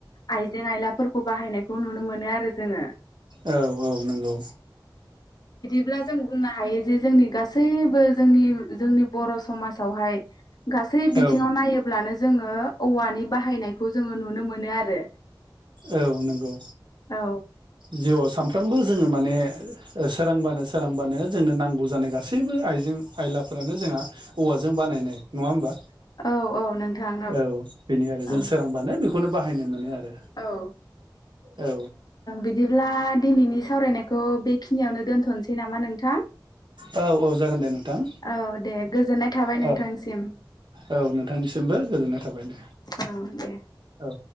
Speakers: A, on the left (about 55°); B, on the right (about 70°).
A: आइजें आयलाफोरखौ बाहायनायखौ नुनो मोनो आरो जोङो।
B: औ औ नंगौ।
A: अब्ला जों बुंनो हायो जे जोंनि गासैबो जोंनि जोंनि बर' समाजावहाय गासै बिथिङाव
B: औ
A: नायोब्लानो जोङो औवानि बाहायनायखौ जोङो नुनो मोननो आरो
B: औ नंगौ
A: औ
B: जिउआव सानफ्रोमबो जोङो माने सोरांबानो सोरांबानो जोंनो नांगौ जानाय गासैबो आइजें आयलाफ्रानो जों हा औवाजों बानायनाय नङा होमबा।
A: औ औ नोंथां
B: औ बेनो आरो जों
A: औ
B: सोरांबानो बेखौनो बाहायनो मोनो आरो
A: औ
B: औ
A: बिदिब्ला ओ दिनैनि सावरायनायखौ खौ बेखिनियावनो दोनथ'नोसै नामा नोंथां।
B: औ औ जागोन दे नोंथां
A: औ दे गोजोननाय थाबाय नोंथांनिसिम।
B: औ औ नोंथांनिसिमबो गोजोननाय थाबाय दे
A: औ दे
B: औ।